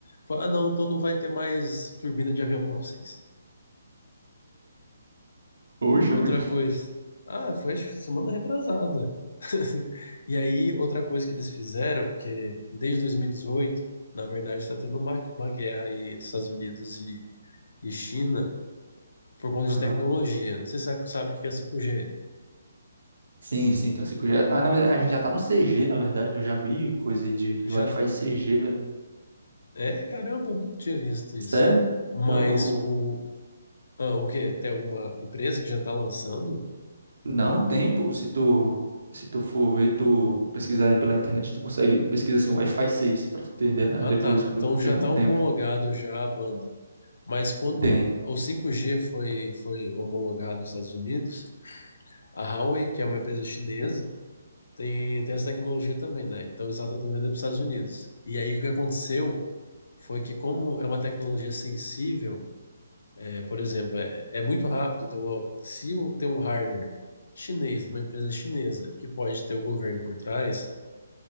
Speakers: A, on the left; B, on the right.
A: Fala, Ah, não, então não vai ter mais turbina de avião para vocês.
B: Poxa,
A: Outra
B: bicho.
A: coisa. Ah, foi semana retrasada. <laughs> E aí, outra coisa que eles fizeram, porque desde 2018, na verdade, está tendo uma, uma guerra aí entre Estados Unidos e, e China por conta
B: Aham.
A: de tecnologia. Não sei se você sabe o que é 5G.
B: Sim, sim, então 5G. é- Ah, na verdade, a gente já tá no CG, na verdade, né? Eu já vi coisa aí de, de
A: Já,
B: Wi-Fi CG, velho.
A: É, caramba, eu não tinha visto isso.
B: Sério?
A: Mas
B: É, O,
A: o.
B: o-
A: Ah, o quê? Tem alguma empresa que já está lançando?
B: Não tem, pô. Se tu, se tu for ver, tu pesquisar aí pela internet, tu consegue pesquisar assim, Wi-Fi 6 pra tu entender, né?
A: Ah,
B: Depois,
A: tá.
B: quando
A: Então
B: tiver
A: já está
B: um tempo.
A: homologado já a banda. Mas quando
B: Tem.
A: o 5G foi, foi homologado nos Estados Unidos, a Huawei, que é uma empresa chinesa, tem, tem essa tecnologia também, né? Então eles estavam tentando vender para os Estados Unidos. E aí o que aconteceu foi que, como é uma tecnologia sensível, É, por exemplo, é, é muito rápido. Então, ó, se um, tem um hardware chinês, numa empresa chinesa, que pode ter o governo por trás,